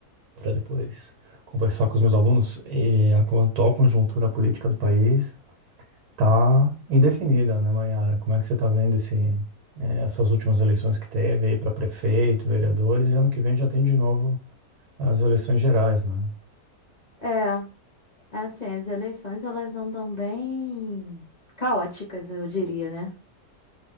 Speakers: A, on the right; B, on the left.
A: para depois conversar com os meus alunos e a co- atual conjuntura política do país tá indefinida, né, Mayara? Como é que você tá vendo esse, eh, essas últimas eleições que teve aí para prefeito, vereadores e ano que vem já tem de novo as eleições gerais, né?
B: É, assim, as eleições elas andam bem caóticas, eu diria, né?